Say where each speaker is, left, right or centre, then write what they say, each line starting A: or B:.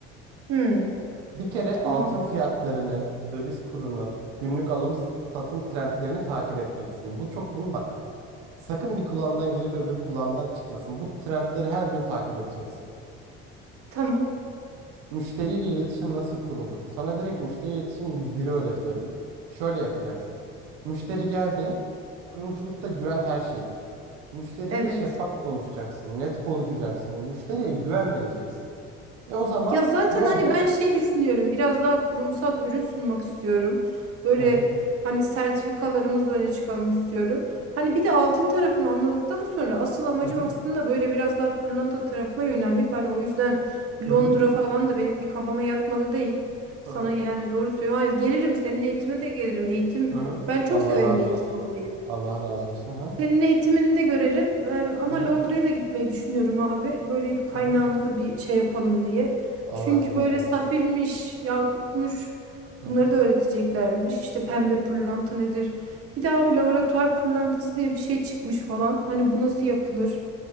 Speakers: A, on the right (about 50°); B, on the right (about 85°).
A: Hmm.
B: Bir kere
A: Tamam.
B: altın fiyatlarını, döviz kurunu, günlük alım satım trendlerini takip etmelisin. Bu çok bunu bak. Sakın bir kulağından girip öbür kulağından çıkmasın. Bu trendleri her gün takip edeceksin.
A: Tamam.
B: Müşteriyle iletişim nasıl kurulur? Sana direkt müşteri iletişimi yüz biri öğretiyorum. Şöyle yapacaksın. Müşteri geldi. Kuyumculukta güven her şeydir. Müşteriyle
A: Evet.
B: şeffaf konuşacaksın, net konuşacaksın. Müşteriye güven vereceksin. E o zaman
A: Ya zaten
B: ne olacak?
A: hani ben şey düşünüyorum biraz daha kurumsal ürün sunmak istiyorum. Böyle
B: Hı hı.
A: hani sertifikalarımızla öne çıkalım istiyorum. Hani bir de altın tarafını anladıktan sonra asıl amacım
B: Hı hı.
A: aslında böyle biraz daha pırlanta tarafına yönelmek. Hani o yüzden Londra
B: Hı hı.
A: falan da benim bir kafama yatmalı değil.
B: Hı
A: Sana
B: hı.
A: yani doğru söylüyorum. Hani gelirim senin eğitime de gelirim. Eğitim
B: Hı hı.
A: ben çok
B: Allah
A: severim
B: razı
A: eğitim
B: olsun.
A: almayı.
B: Allah razı olsun. Hı hı.
A: Senin eğitimini de görelim. Ee, ama
B: Hı hı.
A: Londra'ya da gitmeyi düşünüyorum abi. Böyle bir kaynağında
B: Hı hı.
A: da bir şey yapalım diye.
B: Allah
A: Çünkü
B: razı
A: böyle
B: olsun.
A: safirmiş, yakutmuş
B: Hı
A: bunları
B: hı.
A: da öğreteceklermiş. İşte pembe pırlanta nedir? Bir daha bir laboratuvar pırlantası diye bir şey çıkmış falan. Hani bu nasıl yapılır?